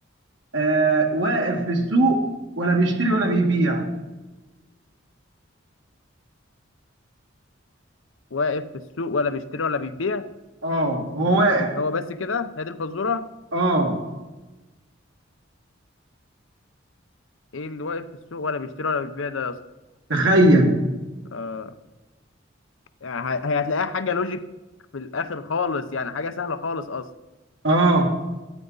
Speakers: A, on the right (about 70°); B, on the left (about 80°).
A: آه واقف في السوق ولا بيشتري ولا بيبيع
B: واقف في السوق ولا بيشتري ولا بيبيع
A: اه هو واقف
B: هو بس كده هي دي الفزوره
A: اه
B: ايه اللي واقف في السوق ولا بيشتري ولا بيبيع ده يا اسطى
A: تخيل
B: آه يعني ه- هي هتلاقيها حاجه لوجيك في الاخر خالص يعني حاجه سهله خالص اصلا
A: اه